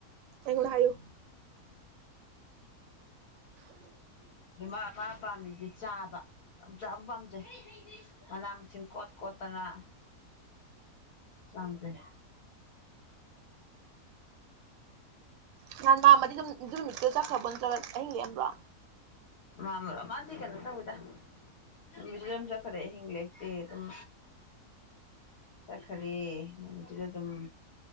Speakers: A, on the right; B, on the left.
A: ꯑꯩꯉ ꯍꯥꯏꯌꯣ
B: ꯃꯥ ꯃꯥ ꯄꯥꯝꯕꯤꯁꯦ ꯆꯥꯕ ꯌꯥꯝ ꯆꯥ ꯄꯥꯝꯖꯩ ꯃꯅꯥ ꯃꯁꯤꯡ ꯀꯣꯠ ꯀꯣꯠꯇꯅ ꯄꯥꯝꯖꯩ
A: ꯅꯍꯥꯟ ꯃꯥꯃꯗꯤ ꯑꯗꯨꯝ ꯅꯨꯃꯤꯠꯇꯨ ꯆꯠꯈ꯭ꯔꯕꯣ ꯅꯠꯇ꯭ꯔꯒ ꯑꯍꯤꯡ ꯂꯦꯛꯑꯝꯕ꯭ꯔꯣ
B: ꯃꯥꯃ꯭ꯔ ꯃꯥꯀꯦꯅ ꯇꯣꯏ ꯅꯨꯃꯤꯠꯠꯇꯨꯗ ꯑꯗꯨꯝ ꯆꯠꯈꯔꯦ ꯑꯍꯤꯡ ꯂꯦꯛꯇꯦ ꯑꯗꯨꯝ ꯆꯠꯈꯔꯦ ꯅꯨꯃꯤꯠꯇꯨꯗ ꯑꯗꯨꯝ